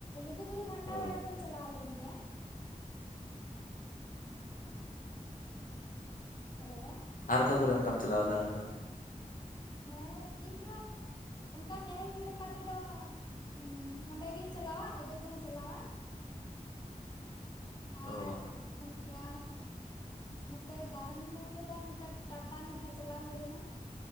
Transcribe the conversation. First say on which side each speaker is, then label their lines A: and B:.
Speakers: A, on the left; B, on the left.
A: ᱞᱩᱜᱩ ᱵᱩᱨᱩ ᱜᱷᱟᱱᱴᱟ
B: ᱚ
A: ᱵᱟᱲᱮ ᱫᱚᱢ ᱪᱟᱞᱟᱣ ᱞᱮᱱ ᱜᱮᱭᱟ? ᱦᱮᱞᱳ
B: ᱟᱨ ᱚᱠᱟ ᱠᱚᱨᱮᱢ ᱚᱝᱠᱟᱢ ᱪᱟᱞᱟᱣᱟ ᱫᱟᱬᱟᱱ ᱫᱚ?
A: ᱦᱮᱸ ᱤᱧ ᱫᱚ ᱚᱱᱠᱟ ᱧᱮᱞ ᱞᱮᱠᱟ ᱛᱮᱫᱚ ᱦᱩᱸ ᱚᱸᱰᱮᱜᱤᱧ ᱪᱟᱞᱟᱣᱟ ᱚᱡᱳᱫᱽᱫᱷᱟᱧ ᱪᱟᱞᱟᱣᱟ᱾
B: ᱚᱻ
A: ᱟᱨ ᱚᱱᱠᱟ ᱱᱚᱛᱮ ᱫᱟᱬᱟᱱ ᱢᱮᱱᱛᱮ ᱫᱚ ᱱᱚᱛᱮ ᱴᱟᱴᱟ ᱢᱤᱫ ᱫᱷᱟᱣ ᱪᱟᱞᱟᱣ ᱦᱩᱭ ᱞᱮᱱᱟ᱾